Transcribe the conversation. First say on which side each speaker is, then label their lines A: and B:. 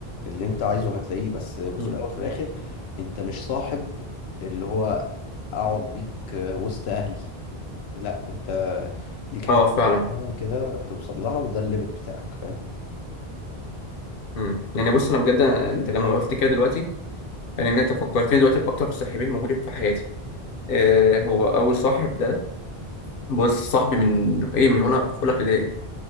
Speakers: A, on the left; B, on the left.
A: اللي انت عايزه هتلاقيه بس في
B: مم.
A: الاول وفي الاخر انت مش صاحب اللي هو اقعد بيك وسط اهلي لا انت ليك حته
B: اه فعلا
A: معينه كده بتوصل لها وده الليميت بتاعك فاهم
B: مم. يعني بص انا بجد انت لما وقفت كده دلوقتي يعني ان انت فكرتني دلوقتي باكتر صاحبين موجودين في حياتي آه هو اول صاحب ده بص صاحبي من ايه من وانا في اولى ابتدائي